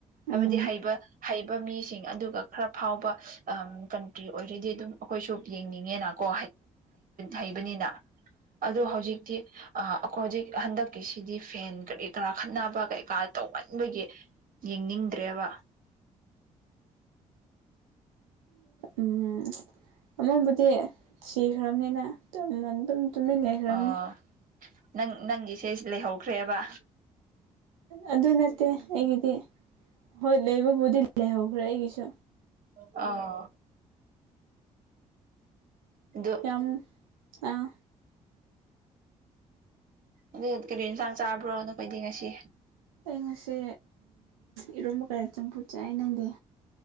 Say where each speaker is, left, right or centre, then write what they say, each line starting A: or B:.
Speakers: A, on the right; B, on the right.
A: ꯍꯥꯏꯕꯗꯤ
B: ꯎꯝ
A: ꯍꯩꯕ ꯍꯩꯕ ꯃꯤꯁꯤꯡ ꯑꯗꯨꯒ ꯈꯔ ꯐꯥꯎꯕ ꯀꯟꯇ꯭ꯔꯤ ꯑꯣꯏꯔꯗꯤ ꯑꯗꯨꯝ ꯑꯩꯈꯣꯏꯁꯨ ꯌꯦꯡꯅꯤꯡꯉꯦꯅꯀꯣ ꯍꯩꯕꯅꯤꯅ ꯑꯗꯣ ꯍꯧꯖꯤꯛꯇꯤ ꯑꯩꯣꯏ ꯍꯧꯖꯤꯛ ꯍꯟꯗꯛꯀꯤꯁꯤꯗꯤ ꯐꯦꯟ ꯀꯔꯤ ꯀꯔꯥ ꯈꯠꯅꯕ ꯀꯩꯀꯥ ꯇꯧꯃꯟꯕꯒꯤ ꯌꯦꯡꯅꯤꯡꯗ꯭ꯔꯦꯕ
B: ꯎꯝ ꯑꯃꯕꯨꯗꯤ ꯁꯤꯈ꯭ꯔꯕꯅꯤꯅ ꯑꯗꯨꯝ ꯑꯗꯨꯝ ꯇꯨꯃꯤꯟ ꯂꯩꯈ꯭ꯔꯕꯅꯤ
A: ꯑꯣ ꯅꯪ ꯅꯪꯒꯤꯁꯦ ꯂꯩꯍꯧꯈ꯭ꯔꯦꯕ
B: ꯑꯗꯨ ꯅꯠꯇꯦ ꯑꯩꯒꯤꯗꯤ ꯍꯣꯏ ꯂꯩꯕꯕꯨꯗꯤ ꯂꯩꯍꯧꯈ꯭ꯔꯦ ꯑꯩꯒꯤꯁꯨ
A: ꯑꯎ ꯑꯗꯨ
B: ꯌꯥꯝ ꯑꯥ
A: ꯑꯗꯨ ꯀꯔꯤ ꯌꯦꯟꯁꯥꯡ ꯆꯥꯕ꯭ꯔꯣꯅꯣꯈꯩꯗꯤ ꯉꯁꯤ
B: ꯑꯩ ꯉꯁꯤ ꯏꯔꯣꯝꯕ ꯀꯌꯥ ꯆꯝꯐꯨꯠ ꯆꯥꯏ ꯅꯪꯗꯤ